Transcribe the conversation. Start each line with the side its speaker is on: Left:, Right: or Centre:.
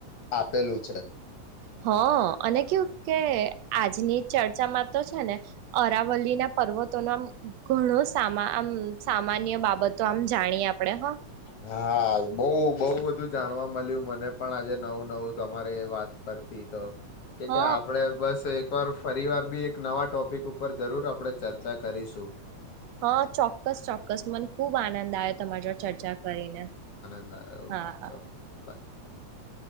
Left: આપેલું છે.
Right: હ અને કેવુ કે આજ ના ની ચર્ચામાં તો છે, ને અરાવલી ના પર્વતોનો ઘણો સામા આમ સામાન્ય બાબતો આમ જાણીએ આપણેે હા
Left: હા બઉ બધું જાણવા મળ્યું મને પણ આજે નવું નવું તમારી વાત પરથી તો કે
Right: હ
Left: કે આપડે બસ એક એક વાર ફરી વાર બી એક નવા ટોપિક ઉપર જરૂર આપણેે ચર્ચા કરીશું.
Right: હા ચોક્કસ ચોક્કસ મને ખુબ આનંદ આવ્યો, તમારી જો ચર્ચા કરીને
Left: ના
Right: હા
Left: ચલો બાય